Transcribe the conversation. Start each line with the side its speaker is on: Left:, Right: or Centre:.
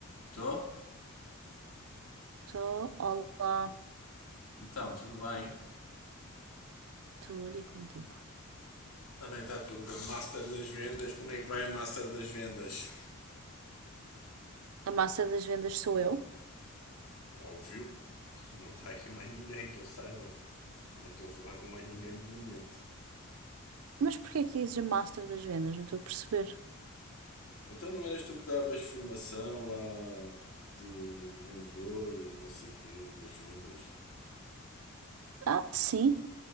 Left: Estou?
Right: Estou, olá,
Left: Então, tudo bem?
Right: tudo e contigo.
Left: Está bem, está tudo. A Master das Vendas, como é que vai a Master das Vendas?
Right: A master das vendas sou eu.
Left: Óbvio, não está aqui mais ninguém que eu saiba. Não estou a falar com mais ninguém de momento.
Right: Mas porquê que dizes a master das vendas? Não estou a perceber.
Left: Então não eras tu que davas formação lá de, de vendedor e não sei o quê, das vendas?
Right: Ah, sim,